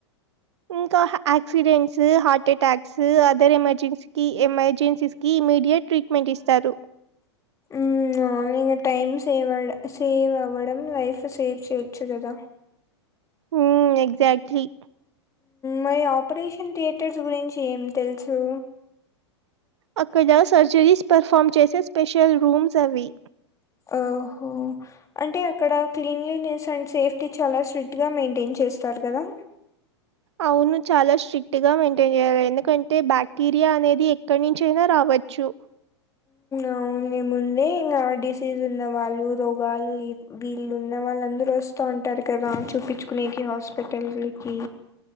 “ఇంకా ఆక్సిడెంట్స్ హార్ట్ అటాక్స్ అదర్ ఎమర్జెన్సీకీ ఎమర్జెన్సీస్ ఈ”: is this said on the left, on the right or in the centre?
Right